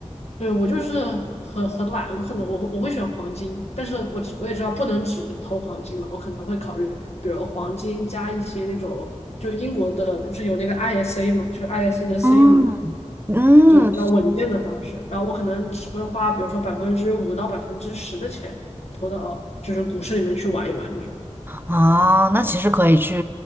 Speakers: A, on the left; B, on the right.
A: 对，我就是很很懒，我可能我我会选黄金，但是我只我也知道不能只投黄金嘛，我可能会考虑，比如黄金加一些那种，就英国的不是有那个 ISA 嘛，就 ISA 的 saving
B: 嗯，嗯，
A: 这种比较稳健的方式，然后我可能只会花，比如说百分之五到百分之十的钱投到就是股市里面去玩一玩这种，
B: 啊，那其实可以去